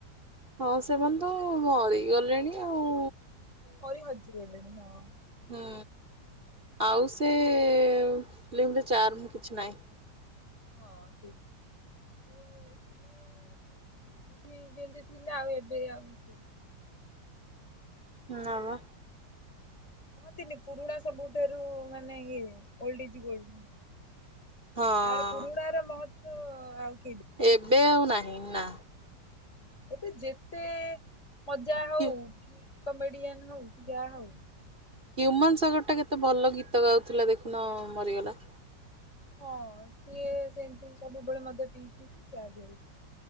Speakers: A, on the right; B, on the left.
A: ହଁ ସେମାନେ ତ ମରି ଗଲେଣି ଆଉ।
B: ମରି ହଜିଗଲେଣି ହଁ।
A: ହଁ, ଆଉ ସେ ଫିଲ୍ମରେ ଚାର୍ମ କିଛି ନାହିଁ।
B: ହଁ ଠିକ୍ <inaudible> ସୀଏ ମୁଭି ମୁଭି ଯେମିତି ଥିଲା ଆଉ ଏବେ ଆଉ ସିଏ ନାହିଁ।
A: ନା ବା।
B: କୁହନ୍ତିନି ପୁରୁଣା ସବୁଠାରୁ ମାନେ ଇଏ ଓଲ୍ଡ ଇଯି ଗୋଲ୍ଡ।
A: ହଁ
B: ତାର ପୁରୁଣା ର ମହତ୍ତ୍ୱ ଆଉ
A: ଏବେ ଆଉ ନାହିଁ ନା।
B: ହଁ ଏବେ ଯେତେ ମଜା ହଉ
A: ହ୍ୟୁ
B: କି କମେଡିଆନ୍ ହଉ କି ଯା ହଉ
A: ହ୍ୟୁମାନ ସାଗର ଟା କେତେ ଭଲ ଗୀତ ଗାଉଥିଲା ଦେଖୁନ ମରିଗଲା।
B: ହଁ ସିଏ ସେମିତି ସବୁବେଳେ ମଦ ପିଇକିରି <inaudible>